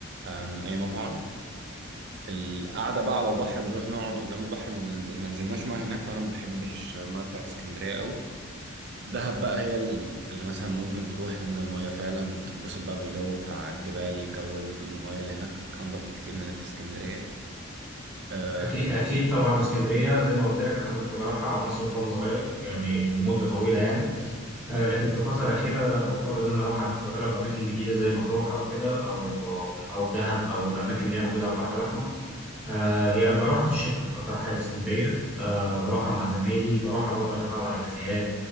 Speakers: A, on the right (about 50°); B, in the centre.
A: آه، من اي مطعم القعده بقى على البحر بنروح نقعد قدام البحر ما بننزل ما نزلناش ميه هناك وانا ما بحبش الميه بتاعت اسكندريه قوي دهب بقى هي ال- اللي مثلا ممكن تروح تنزل ميه فعلا تتبسط بقى بالجو بتاع الجبال جو الميه اللي هناك انضف بكتير من اللي في اسكندريه آم،
B: أكيد أكيد طبعا اسكندرية زي ما قلت لك أنا كنت بروحها مصيف وأنا صغير يعني لمدة طويلة يعني آه لكن في الفترة الأخيرة لا بفضل إن أنا أروح أم- أجرب أماكن جديدة زي مطروح أو كده أو أو دهب أو الأماكن اللي هي موجودة على البحر الأحمر آه هي بروحها في الشتاء أكتر حاجة اسكندرية آه بروحها مع زمايلي بروحها برضه عشان أقعد على كافيهات